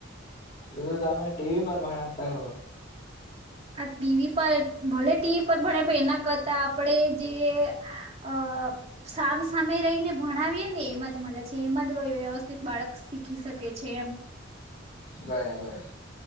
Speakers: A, on the left; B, on the right.
A: તો તો તમે ટીવી પર ભણાવતા હો.
B: આ ટીવી પર ભલે ટીવી પર ભણે એના કરતા આપડે જે અ સામસામે રહીને ભણાવીએ ને એમાં જ મજા છે એમાં જ વ્યવસ્થિત બાળક શીખી શકે છે એમ.
A: બરાબર